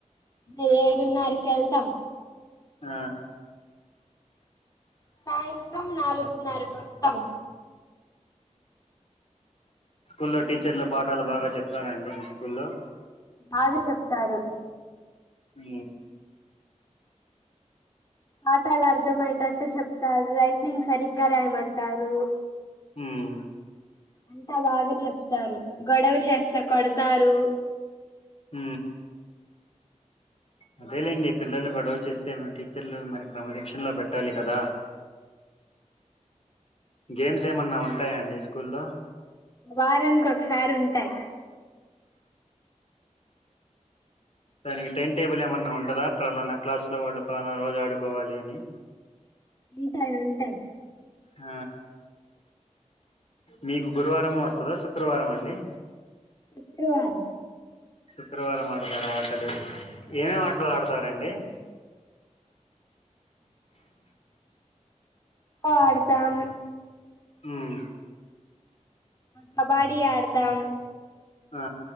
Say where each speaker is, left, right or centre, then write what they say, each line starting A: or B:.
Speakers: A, on the left; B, on the left.
A: ఏడున్నరకి ఎళ్తాం
B: ఆ
A: సాయంత్రం నాలుగున్నరకి వస్తాం
B: స్కూల్లో టీచర్లు పాఠలు బాగ చెప్తారాండి మీ స్కూల్లో
A: బాగ చెప్తారు
B: ఉ
A: పాఠాలు అర్ధమయ్యేటట్టు చెప్తారు రైటింగ్ సరిగ్గా రాయమంటారు
B: ఉమ్
A: అంతా బాగా చెప్తారు గొడవ చేస్త <unintelligible> కొడతారు
B: ఊ అదేలేండి పిల్లలు గొడవ చేస్తే టీచర్లు మరి క్రమ శిక్షణ లో పెట్టాలి కదా గేమ్స్ ఏమన్నా ఉంటాయాండి స్కూల్లో
A: వారానికి ఒకసారి ఉంటాయి
B: దానికి టైం టేబుల్ ఏమన్నా ఉంటదా ఫలానా క్లాస్ లో వాళ్ళు పలానా రోజు ఆడుకోవాలి అని
A: ఉంటాయి ఉంటాయి
B: హ మీకు గురువారం వస్తదా శుక్రవారం ఆ అండి
A: శుక్రవారం
B: శుక్రవారం ఆడతార ఆటలు ఏమేమి ఆటలు ఆడతారండి <inaudible>
A: ఆడతాం
B: ఉమ్
A: కబాడీ ఆడతాం
B: ఆ